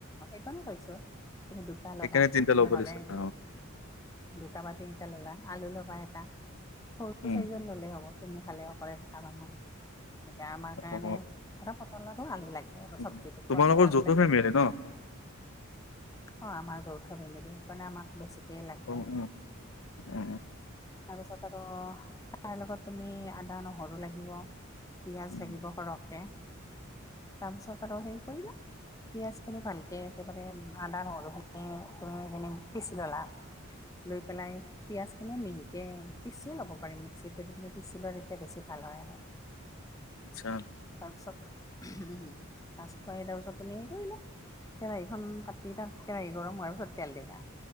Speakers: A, on the left; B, on the left.
A: এইকাৰণে কৈছো তুমি দুটা লবা
B: সেইকাৰণে তিনটা ল'ব
A: নহলে
B: দিছে অ
A: দুটা বা তিনিটা ললা আলু লবা এটা সৰু
B: উম
A: চাইজত ললে হ'ব তুমি খালে অকলে থকা মানুহ এতিয়া আমাৰ কাৰণে
B: অ
A: ধৰা পটল আৰু আলু লাগে আৰু
B: উম,
A: চব্জিটো
B: তোমালোকৰ
A: পটল আলু
B: যৌথ
A: লাগে
B: ফেমিলি ন
A: অ আমাৰ যৌথ ফেমিলি সেইকাৰণে আমাক বেছিকেই লাগে
B: অ
A: আৰু
B: অ অ
A: তাৰপিছত আৰু তাৰ লগত তুমি আদা নহৰু লাগিব পিয়াজ
B: উ
A: লাগিব সৰহকে তাৰপিছত আৰু হে কৰিলা পিয়াজখিনি ভাল কে একেবাৰে আদা নহৰুখিনি তুমিখিনি পিচি ল'লা লৈ পেলাই পিয়াজখিনিও মিহিকে পিচিয়ে ল'ব পাৰ মিক্সিত যদি তুমি পিচি লোৱা তেতিয়া বেছি ভাল হয় আৰু। <inaudible>
B: আচ্ছা।
A: তাৰপিছত উ মাছ খুৱাই তাৰপিছত তুমি হেৰি কৰিলা কেৰাহীখন পাতি তাত কেৰাহী গৰম হোৱাৰ পিছত তেল দিলা